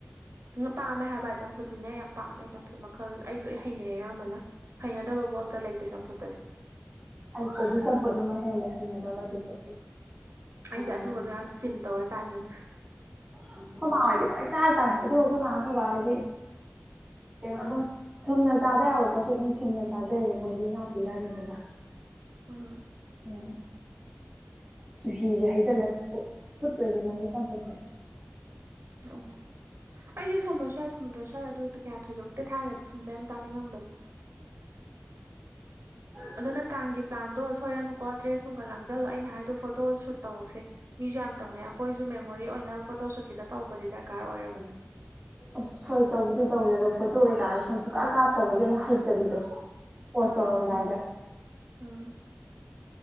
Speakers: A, on the right; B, on the right.
A: ꯪ ꯄꯥꯝꯃꯦ ꯍꯥꯏꯕ ꯆꯝꯐꯨꯠꯇꯤꯅꯦ ꯌꯥꯝ ꯄꯥꯃꯦ ꯆꯝꯐꯨꯠ ꯃꯈꯜ ꯑꯩ ꯂꯣꯏ ꯍꯩꯅꯩ ꯑꯌꯥꯝꯕꯅ ꯍꯩꯅꯗꯕꯕꯨ ꯑꯝꯇ ꯂꯩꯇꯦ ꯆꯝꯐꯨꯠꯇꯗꯤ
B: ꯑꯩ ꯀꯣꯕꯤ ꯆꯝꯐꯨꯠ ꯑꯃ ꯍꯦꯜꯂꯦ ꯍꯩꯅꯗꯕ ꯑꯗꯨꯁꯨ ꯃꯌꯥꯝ
A: ꯑꯩꯗꯤ ꯑꯗꯨꯒꯗꯣ
B: ꯃꯌꯥꯝ
A: ꯌꯥꯝ ꯏꯁꯇꯤꯝ ꯇꯧꯔ ꯆꯥꯅꯤꯡꯉꯤ
B: ꯑꯩꯈꯣꯏ ꯃꯥꯡꯗꯤ ꯚ ꯇꯥ ꯇꯥꯏ ꯑꯗꯨꯕꯨ ꯑꯩꯈꯣꯏ ꯃꯥꯥꯡ ꯑꯩꯈꯣꯏ ꯐꯥꯔꯒꯗꯤ ꯀꯩꯅꯣ ꯑꯗꯨꯝ ꯊꯨꯝꯅ ꯆꯥꯕ ꯌꯥꯕ ꯄꯣꯠꯁꯨ ꯑꯗꯨꯝ ꯊꯨꯝꯅ ꯆꯥꯖꯩꯑꯕ ꯃꯣꯏꯗꯤ ꯏꯅꯥꯎꯄꯤ ꯌꯥꯅꯤꯗꯨꯒ
A: ꯑ
B: ꯎꯝ ꯆꯨꯍꯤꯁꯦ ꯍꯩꯖꯤꯜꯂ ꯐꯨꯠꯇꯣꯏꯔꯦ ꯃꯣꯏꯒꯤ ꯆꯝꯄꯠꯁꯦ
A: ꯑꯣ ꯑꯩꯗꯤ ꯊꯨꯝꯕ ꯁ꯭ꯋꯥꯏ ꯊꯨꯝꯗ꯭ꯔꯣ ꯁ꯭ꯋꯥꯏ ꯑꯗꯨ ꯀꯌꯥ ꯊꯣꯏꯗꯣꯛꯇꯦ ꯊꯥꯏ ꯁꯨꯝꯕ ꯌꯥꯝ ꯆꯥꯅꯤꯡꯉꯝꯕꯅꯤ
B: ꯎꯝ
A: ꯑꯗꯣ ꯅꯪ ꯀꯥꯟꯒꯤ ꯄ꯭ꯂꯥꯟꯗꯣ ꯁꯣꯏꯔꯅꯨꯀꯣ ꯗ꯭ꯔꯦꯁ ꯅꯨꯡꯒ ꯂꯪꯖꯜꯂꯣ ꯑꯩꯅ ꯍꯥꯏꯗꯣ ꯐꯣꯇꯣ ꯁꯨꯠ ꯇꯧꯔꯛꯁꯦ ꯃꯤꯁꯨ ꯌꯥꯝ ꯇꯧꯅꯩ ꯑꯩꯈꯣꯏꯁꯨ ꯃꯦꯃꯣꯔꯤ ꯑꯣꯏꯅ ꯐꯣꯇꯣ ꯁꯨꯠ ꯈꯤꯇ ꯇꯧꯕꯗꯤ ꯗꯔꯀꯥꯔ ꯑꯣꯏꯔꯕꯅꯦ
B: ꯑꯁ ꯍꯣꯏ ꯇꯧꯕꯗꯤ ꯇꯧꯋꯦ ꯑꯗꯣ ꯐꯣꯇꯣ ꯀꯩꯀꯥꯗꯣ ꯁꯨꯡ ꯁꯨꯀꯥ ꯀꯥꯞꯇꯕꯒꯤ ꯑꯃꯨꯛ ꯍꯩꯇꯕꯤꯗꯣ ꯄꯣꯁ
A: ꯎꯝ
B: ꯇꯧꯔꯝꯗꯥꯏꯗ
A: ꯎꯝ ꯎꯝ